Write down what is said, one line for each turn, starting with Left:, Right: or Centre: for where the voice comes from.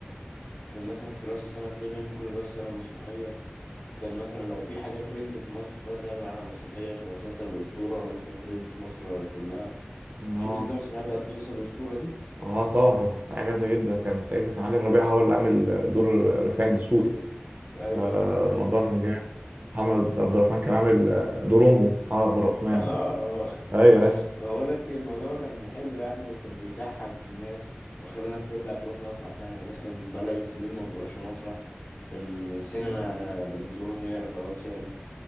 Left: كان مثلا في رأس السنة تلاقيه بيعمل كل رأس السنة مسرحية كان مثلا لو في حاجة ترند في مصر فده تعمل عنها مسرحية شبه مسلسل الأسطورة لما كان ترند في مصر كلها
Right: اه
Left: شفت انت المسرحية بتاعت مسلسل الأسطورة دي؟
Right: اه طبعا كانت مسرحيه جامده جدا كان ساعتها كان علي الربيع هو اللي عامل دور رفاعي
Left: <laughs>
Right: الدسوقي
Left: أيوة
Right: فالموضوع
Left: أنا فاكر
Right: كان جامد محمد عبد الرحمن كان عامل
Left: إنه- <laughs>
Right: دور امه محمد عبد الرحمن
Left: <laughs> اه
Right: ايوه ايوه
Left: بقول لك الموضوع كان حلو يعني وكان بيضحك الناس وخلى الناس ترجع تروح مسرح تاني يعني الناس كان بقالها سنين ما بتروحش مسرح كان السينما بالنسبة لهم هي خلاص هي